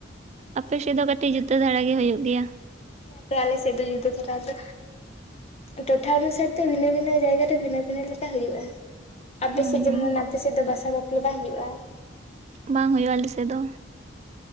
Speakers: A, on the right (about 35°); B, on the left (about 35°).
A: ᱟᱯᱮ ᱥᱮᱫ ᱫᱚ ᱠᱟᱹᱴᱤᱡ ᱡᱩ ᱡᱩᱫᱟᱹ ᱫᱷᱟᱨᱟ ᱜᱮ ᱦᱩᱭᱩᱜ ᱜᱮᱭᱟ।
B: ᱛᱚ ᱟᱞᱮ ᱥᱮᱫ ᱫᱚ ᱡᱩᱫᱟᱹ ᱫᱷᱟᱨᱟ ᱟᱫᱚ ᱴᱚᱴᱷᱟ ᱚᱱᱩᱥᱟᱨ ᱛᱮ ᱵᱷᱤᱱᱟᱹ ᱵᱷᱤᱱᱟᱹ ᱡᱟᱭᱜᱟᱮ ᱵᱷᱤᱱᱟᱹ ᱵᱷᱤᱱᱟᱹ ᱞᱮᱠᱟ ᱦᱩᱭᱩᱜᱼᱟ। ᱟᱯᱮᱥᱮᱫ
A: ᱦᱩᱸ ᱦᱩᱸ
B: ᱡᱮᱢᱚᱱ ᱟᱯᱮᱥᱮᱫ ᱫᱚ ᱵᱟᱥᱟ ᱵᱟᱯᱞᱟ ᱵᱟᱭ ᱦᱩᱭᱩᱜᱼᱟ?
A: ᱵᱟᱝ ᱦᱩᱭᱩᱜᱼᱟ ᱟᱞᱮᱥᱮᱫ ᱫᱚ।